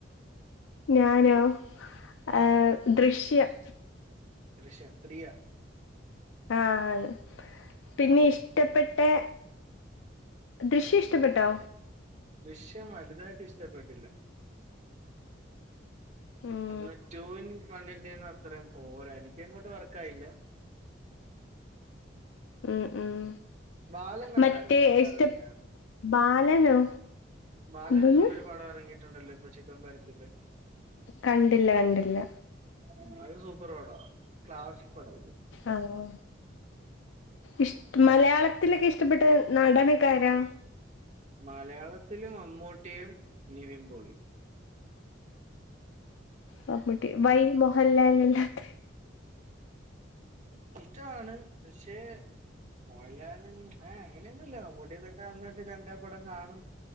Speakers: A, on the left; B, on the right.
A: ഞാനോ,
B: ഉം
A: ഏഹ് ദൃശ്യം.
B: ദൃശ്യം ത്രീയാ
A: ആഹ് അതെ പിന്നെ ഇഷ്ട്ടപ്പെട്ടെ ദൃശ്യഷ്ട്ടപ്പെട്ടോ
B: ദൃശ്യം വലുതായിട്ട് ഇഷ്ട്ടപ്പെട്ടില്ല.
A: ഉം
B: അങ്ങനെ ടൂവിൻ വണ്ണിന്റെയൊന്നും അത്രേം പോര എനിക്കങ്ങോട്ട് വർക്കായില്ല
A: ഹ്മ്മ് ഹ്മ്മ്
B: ബാലൻ കണ്ടായിരുന്നു
A: മറ്റേ
B: ഇപ്പൊ
A: ഇഷ്ട്ട,
B: ഇറങ്ങിയ
A: ബാലനോ?
B: ബാലൻന്ന്
A: എന്തോന്ന്
B: പർഞ്ഞൊരു പടം എറങ്ങീട്ട്ണ്ടല്ലോ, ഇപ്പൊ ചിദംബരത്തിൻ്റെ.
A: കണ്ടില്ല, കണ്ടില്ല.
B: ഉം അത് സൂപ്പറ് പടാ. ക്ലാസിക് പടാ.
A: ആഹ്. ഇഷ്ട മലയാളത്തില ക്കിഷ്ടപ്പെട്ട നടനൊക്കാരാ?
B: മലയാളത്തില് മമ്മൂട്ടിയും, നിവിൻ പോളിയും.
A: മമ്മൂട്ടി. വൈ മോഹൻലാൽ <unintelligible>
B: ഇഷ്ടാണ്. പക്ഷേ, മോഹൻലാല് അഹ് അങ്ങനൊന്നൂല്ല. മമ്മൂട്ടിയൊക്കെപ്പ അന്ന് തൊട്ട് കണ്ട പടം കാണും.